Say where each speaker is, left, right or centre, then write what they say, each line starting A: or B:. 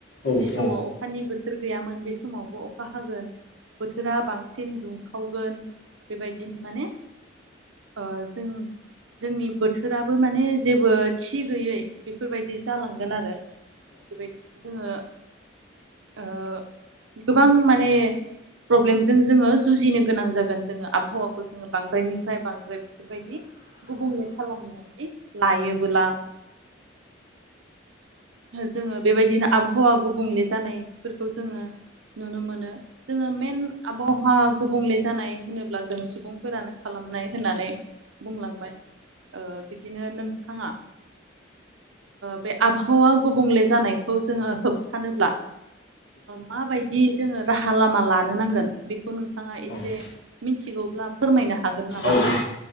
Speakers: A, on the left (about 80°); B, on the right (about 90°).
A: औ
B: जि
A: औ
B: समाव अखा अखानि बोथोर गैयामोन बे समावबो अखा हागोन बोथोरा बांसिन दुंखावगोन बेबायदिनो माने जों जोंनि बोथोराबो माने जेबो थि गैयै बेफोरबायदि जालांगोन आरो बेबायदिनो जोङो गोबां माने प्रब्लेमजों जोङो जुजिनो गोनां जागोन जोङो आबहावाखौ जोङो बांद्रायनिफ्राय बांद्राय बेफोरबायदि गुबुंले खालामनानै लायोबोला जोङो बेबायदिनो आबहावा गुबुंले जानायफोरखौ जोङो नुनो मोनो जोङो मेन आबहावा गुबुंले जानाय होनोब्ला जों सुबुंफोरानो खालामनाय होननानै बुंलांबाय बिदिनो नोंथाङा बे आब आबहावा गुबुंले जानायखौ जोङो होबथानोब्ला माबायदि जोङो राहा लामा लानो नांगोन बेखौ नोंथाङा एसे
A: औ
B: मिथिगौब्ला फोरमायनो हागोन नामा
A: औ औ